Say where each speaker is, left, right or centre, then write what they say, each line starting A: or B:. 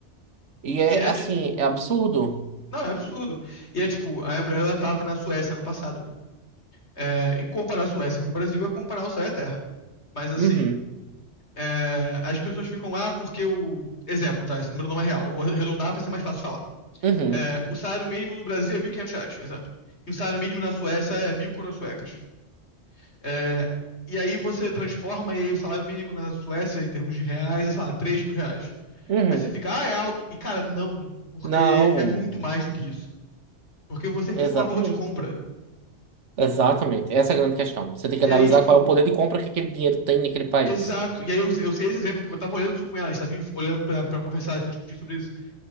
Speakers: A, on the right (about 80°); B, on the left (about 70°).
A: E é
B: E é,
A: assim,
B: tipo...
A: é absurdo.
B: Não, é absurdo. E é tipo, a mulher ela tava na Suécia ano passado, né? É, e comparar a Suécia com o Brasil é comparar o céu e a terra. Mas assim,
A: Uhum,
B: é, as pessoas ficam lá porque o. Exemplo, tá? Esse número não é real. Eu vou arredondar para ser mais fácil de falar.
A: uhum,
B: É, o salário mínimo no Brasil é 1.500 reais, exemplo. E o salário mínimo na Suécia é 1.000 coroas suecas. É, e aí você transforma e aí o salário mínimo na Suécia, em termos de reais, é, sei lá, 3 mil reais.
A: uhum.
B: Aí você fica, ah, é alto. E cara, não, porque
A: Não,
B: é muito mais do que isso. Porque você tem que
A: exatamente.
B: transformar valor de compra.
A: Exatamente, essa é a grande questão. Você tem que
B: E
A: analisar
B: aí, tipo,
A: qual é o poder de compra que aquele dinheiro tem naquele país.
B: Exato. E aí eu, eu sei esse exemplo porque eu tava olhando isso com ela, a gente tava olhando pra, pra conversar e discutir sobre isso.